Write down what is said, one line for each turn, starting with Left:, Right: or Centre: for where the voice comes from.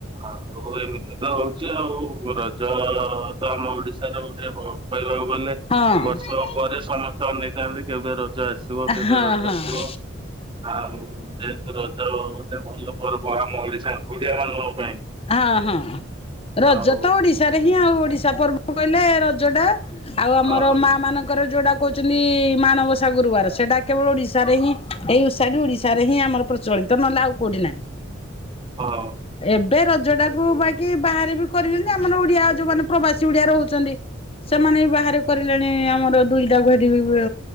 Right: ଆଉ ଏମିତି ତ ହଉଚି ଆଉ ରଜ ତ ଆମ ଓଡିଶାର ଗୋଟେ କହିବାକୁ ଗଲେ
Left: ହଁ
Right: ବର୍ଷକ ପରେ ସମସ୍ତେ ଅନେଇ ଥାଆନ୍ତି କେବେ ରଜ ଆସିବ କେବେ
Left: ହଁ
Right: ରଜ
Left: ହଁ
Right: ଆସିବ? ଆଉ ଯେହେତୁ ରଜ ଗୋଟେ ଭଲ ପର୍ବ ଆମ ଓଡିଶା ଓଡିଆ ମାନଙ୍କ ପାଇଁ
Left: ହଁ ହଁ ରଜ
Right: ଆଉ
Left: ତ ଓଡିଶାରେ ହିଁ ଆଉ ଓଡିଶା ପର୍ବ କହିଲେ ରଜଟା। ଆଉ ଆମର
Right: ହଁ
Left: ମା ମାନଙ୍କ ଙ୍କର ଯୋଉଟା କହୁଚନ୍ତି ମାଣବସା ଗୁରୁବାର ସେଟା କେବଳ ଓଡିଶାରେ ହିଁ ଏଇ ଉଷାଟି ଓଡିଶାରେ ହିଁ ଆମର ପ୍ର ଚଳିତ ନହେଲେ ଆଉ କୋଉଠି ନାଇଁ।
Right: ହଁ।
Left: ଏବେ ରଜ ଟାକୁ ବାକି ବାହାରେ ବି କରିଚନ୍ତି ଆମର ଓଡିଆ ଯୋଉ ମାନେ ପ୍ରବାସୀ ଓଡିଆ ରହୁଚନ୍ତି ସେମାନେ ବି ବାହାରେ କରିଲେଣି ଆମର ଦୁଇଟାକୁ ହେଟି ବ